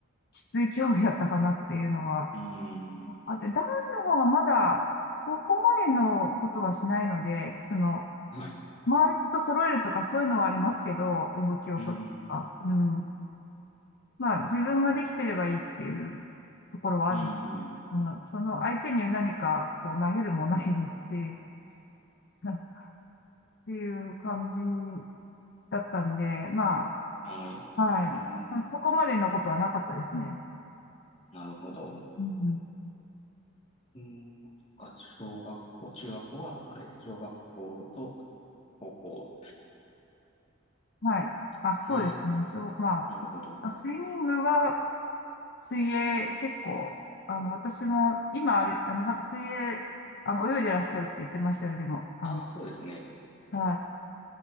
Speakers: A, on the left; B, on the left.
A: きつい競技だったかなっていうのは。
B: うん。
A: あと、ダンスの方はまだそこまでのことはしないので、その、
B: はい。
A: 周りと揃えるとかそういうのはありますけど、お武器を揃えるとか。
B: うん。
A: うん。まあ、自分ができてればいいっていうところはあるの。
B: うん。
A: うん。その相手に何かこう投げるもないですし、<laughs> っていう感じだったんで、まあ、
B: はい。
A: はい。
B: うん。
A: そこまでのことはなかったですね。
B: なるほど。
A: うん
B: うん。そっか、小学校、中学校は、あれ、小学校と、方向
A: はい。
B: ですね。
A: あ、そうですね。しょう、まあ、ス、
B: なるほど。
A: あスイミングは、水泳、結構、あの、私も、今、あれ、あの、なんか水泳、あの、泳いでらっしゃるって言ってましたね、でも、あの、
B: ああ、そうですね。
A: はい。